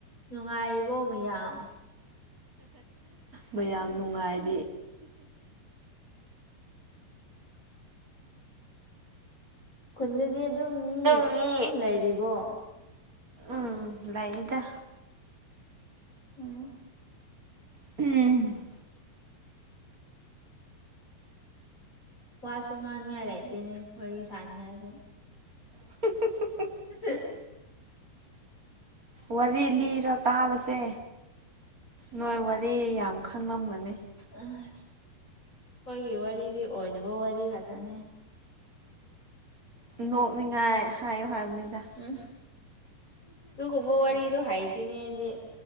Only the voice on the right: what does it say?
ꯃꯌꯥꯝ ꯅꯨꯡꯉꯥꯏꯔꯤ꯫
ꯇꯨꯝꯃꯤ
ꯎꯝ ꯂꯩꯥꯏꯌꯦꯗ
<inaudible>
<unintelligible>
ꯋꯥꯔꯤ ꯂꯤꯔꯣ ꯇꯥꯔꯁꯦ ꯅꯣꯏ ꯋꯥꯔꯤ ꯌꯥꯝ ꯈꯪꯉꯝꯒꯅꯤ꯫
ꯅꯣꯛꯅꯤꯡꯉꯥꯏ ꯍꯥꯏꯌꯨ ꯍꯥꯏꯕꯅꯤꯗ꯫